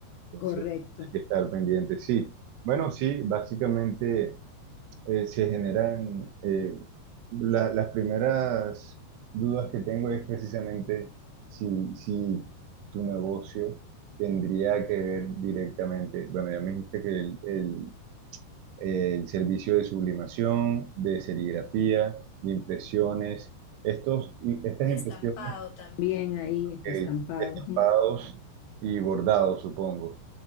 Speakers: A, on the right; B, on the left.
A: Entonces,
B: Correcto.
A: hay que estar pendiente. Sí, bueno, sí, básicamente... eh, se generan, eh, la- las primeras dudas que tengo es precisamente si, si tu negocio tendría que ver directamente, bueno, ya me dijiste que el, el- el servicio de sublimación, de serigrafía, de impresiones, estos, y estas
B: De
A: impresiones,
B: estampado también Bien ahí,
A: eh,
B: estampado.
A: estampados
B: ujú.
A: y bordados, supongo.